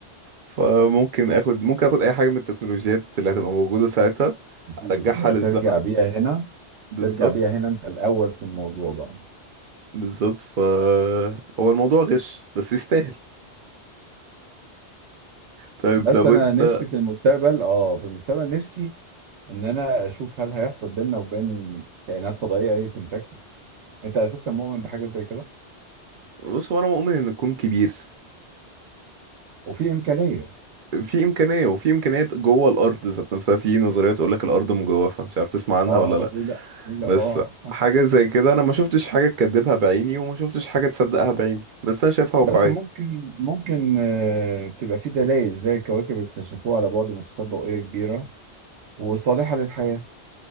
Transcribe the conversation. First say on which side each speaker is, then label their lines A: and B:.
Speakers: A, on the right; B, on the right.
A: فممكن اخد ممكن اخد اي حاجة من التكنولوجيات اللي هتبقى موجودة ساعتها
B: أكيد.
A: ارجعها
B: هترجع
A: للزمن
B: بيها هنا
A: بالظبط
B: ترجع بيها هنا انت الاول في الموضوع بقى
A: بالظبط ف هو الموضوع غش بس يستاهل طيب
B: بس
A: لو
B: انا
A: انت
B: نفسي في المستقبل اه في المستقبل نفسي ان انا اشوف هل هيحصل بيننا وبين كائنات فضائيه اي كونتاكت انت اساسا مؤمن بحاجه زي كده
A: بص هو انا مؤمن ان الكون كبير
B: وفي امكانيه
A: في امكانيه وفي امكانيات جوه الارض ذات نفسها في نظريه تقول لك الارض مجوفه مش عارف تسمع عنها
B: اه
A: ولا لا
B: اه ليه لا ليه لا
A: بس
B: اه صح.
A: حاجه زي كده انا ما شفتش حاجه تكذبها بعيني وما شفتش حاجه تصدقها بعيني بس انا شايفها
B: بس
A: واقعيه
B: ممكن ممكن آه، تبقى في دلائل زي كواكب اكتشفوها على بعد مسافات ضوئيه كبيره وصالحه للحياه